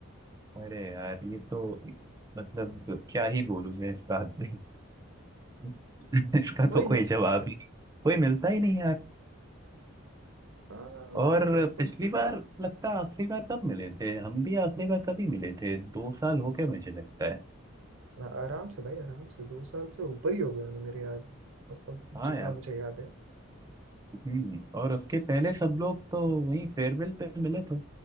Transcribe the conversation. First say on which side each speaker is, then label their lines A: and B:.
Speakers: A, on the right; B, on the right.
A: अरे यार ये तो मतलब क्या ही बोलूं मैं इस बात में <laughs> इसका
B: कोई
A: तो कोई
B: नहीं
A: जवाब ही कोई मिलता ही नहीं यार
B: हाँ
A: और
B: देखो
A: पिछली बार लगता है आखिरी बार कब मिले थे हम भी आखिरी बार कभी मिले थे दो साल हो गए मुझे लगता है
B: आ- आराम से भाई आराम से दो साल से ऊपर ही हो गए होंगे मेरे याद मतलब
A: हाँ
B: जितना
A: यार
B: मुझे याद है
A: हम्म और उसके पहले सब लोग तो वहीं फेयरवेल पे मिले थे